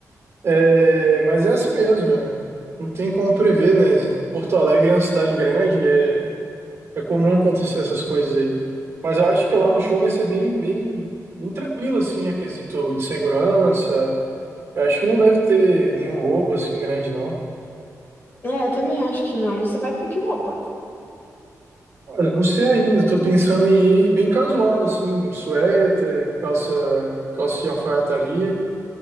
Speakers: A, on the right; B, on the left.
A: É, mas é assim mesmo, é. não tem como prever, né? Porto Alegre é uma cidade grande, é, é comum acontecer essas coisas aí. Mas eu acho que lá no show vai ser bem, bem, bem tranquilo, assim, a quesito de segurança. Eu acho que não deve ter nenhum roubo, assim, grande, não.
B: É, eu também acho que não. Você vai com que roupa?
A: Olha, não sei ainda, tô pensando em ir bem casual, assim, um suéter, calça, calça de alfaiataria